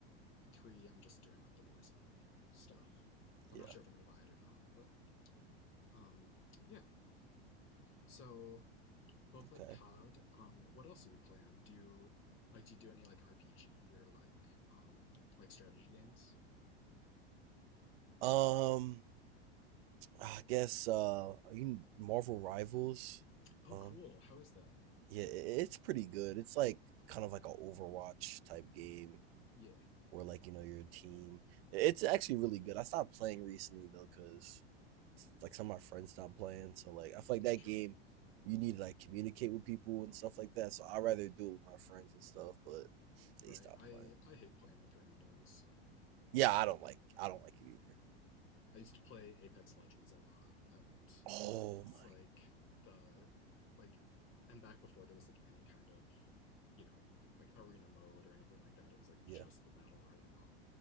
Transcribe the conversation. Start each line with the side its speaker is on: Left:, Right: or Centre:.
Left: three I'm just doing like the Warzone stuff. I'm
Right: yeah.
Left: not sure if I'm gonna buy it or not, but um, yeah. So both like
Right: Okay.
Left: COD. Um, what else are you playing? Do you like do you do any like RPG or like um, like strategy games?
Right: Um, I guess uh, you Marvel Rivals.
Left: Oh,
Right: Um,
Left: cool. How is that?
Right: yeah, it, it's pretty good. It's like kind of like a Overwatch type game.
Left: Yeah,
Right: or like you know your team. It's actually really good. I stopped playing recently though because like some of my friends stopped playing, so like I feel like that
Left: sure.
Right: game you need to like communicate with people and stuff like that. So I'd rather do it with my friends and stuff, but
Left: Right.
Right: they stopped
Left: I
Right: playing.
Left: I hate playing with randos.
Right: Yeah, I don't like I don't like it either.
Left: I used to play Apex Legends a lot, and
Right: Oh
Left: it's
Right: my
Left: like the like, and back before there was like any kind of, you know, like arena mode or anything like that. It was like just
Right: yeah.
Left: the battle royale,